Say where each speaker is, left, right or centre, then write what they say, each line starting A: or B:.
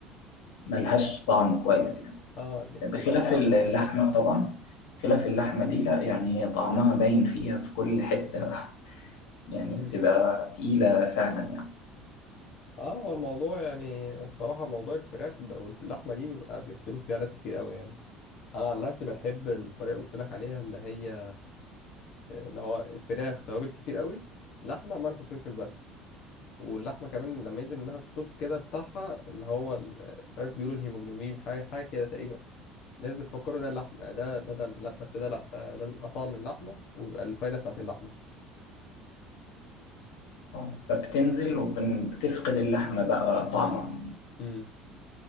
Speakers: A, on the left; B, on the left.
A: ملهاش طعم كويس يعني
B: اه دي حقيقة
A: بخلاف
B: فعلا
A: اللحمه
B: اه
A: طبعا خلاف اللحمه دي لا يعني هي طعمها باين فيها في كل حته <laughs> يعني
B: امم
A: بتبقى تقيله فعلا يعني
B: اه هو الموضوع يعني الصراحه موضوع الفراخ ده واللحمه دي بيبقى بيختلف فيها ناس كتير قوي يعني انا عن نفسي بحب الطريقه اللي قلت لك عليها اللي هي اللي هو الفراخ توابل كتير قوي لحمه ملح وفلفل بس واللحمه كمان لما ينزل منها الصوص كده بتاعها اللي هو ال- مش عارف بيقولوا الهيموجلوبين حاجه حاجه كده تقريبا الناس بتفكروا ده اللحمه ده ده دم لا بس ده لا ده بيبقى طعم اللحمه وبيبقى الفايده بتاعت اللحمه
A: آه، فبتنزل وبتفقد اللحمه بقى طعمها
B: امم امم